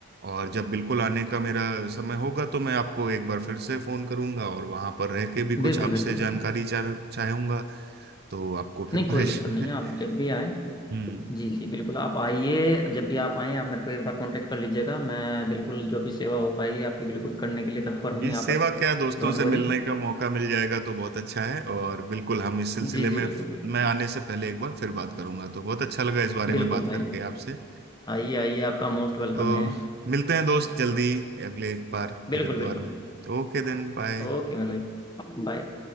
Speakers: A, on the right (about 50°); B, on the left (about 20°).
A: और जब बिल्कुल आने का मेरा समय होगा तो मैं आपको एक बार फिर से फोन करूंगा और वहां पर रह के भी कुछ
B: बिल्कुल
A: आपसे
B: बिल्कुल
A: जानकारी
B: बिल्कुल
A: चाह चाहूंगा तो आपको फिर
B: नहीं कोई
A: परेशान
B: दिक्कत नहीं है आप जब भी आएँ
A: <laughs> हम्म
B: जी जी बिल्कुल आप आइए जब भी आप आएँ आप मेरे को एक बार कांटेक्ट कर लीजिएगा मैं बिल्कुल जो भी सेवा हो पाएगी आपकी बिल्कुल करने के लिए तत्पर हूँ
A: ये
B: यहाँ
A: सेवा
B: पर
A: क्या है, दोस्तों
B: Don't
A: से
B: worry
A: मिलने का मौका मिल जाएगा तो बहुत अच्छा है और बिल्कुल हम इस सिलसिले
B: जी
A: में
B: जी बिल्कुल बिल्कुल
A: मैं आने से पहले एक बार फिर बात करूंगा तो बहुत अच्छा लगा इस बारे
B: बिल्कुल
A: में बात
B: भाई
A: करके
B: बिल्कुल
A: आपसे
B: आइए आइए आपका मोस्ट वेलकम
A: तो
B: है
A: मिलते हैं दोस्त जल्दी अगले एक बार
B: बिल्कुल
A: फिर
B: बिल्कुल
A: द्वार में तो ओके देन बाय
B: ओके मेरे भाई बाय